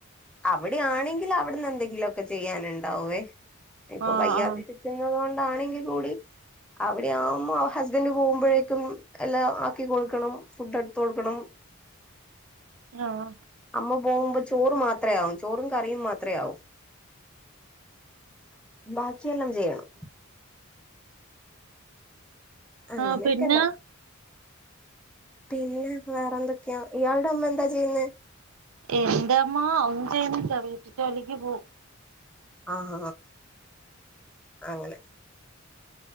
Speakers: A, in the centre; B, on the right (about 80°).
A: അവിടെയാണെങ്കിൽ അവിടെന്ന് എന്തെങ്കിലുമൊക്കെ ചെയ്യാനുണ്ടാകുവേ ഇപ്പൊ
B: ആ
A: വയ്യാ
B: ആ
A: <inaudible> <inaudible> ണ്ടാണെങ്കിൽ കൂടി അവിടെയാകുമ്പോ ഹസ്ബൻഡ് പോകുമ്പോഴേക്കും എലം ആക്കി കൊടുക്കണം ഫുഡ് എടുത് കൊടുക്കണം
B: ആഹ
A: അമ്മ പോകുമ്പോ ചോറ് മാത്രയാവും ചോറും കറിയും മാത്ര ആവും ബാക്കിയെല്ലാം ചെയ്യണം അങ്ങനെയൊക്കെ
B: ആ പിന്നെ
A: ഉണ്ടാവും പിന്നെ വേറെന്തൊക്കെയാ ഇയാളുടെ അമ്മ എന്താ ചെയ്യുനെ
B: എന്റെമ്മ ഒനും ചെയ്യുനില വീട് ജോലിക്ക് പോവും
A: ആഹ അങ്ങനെ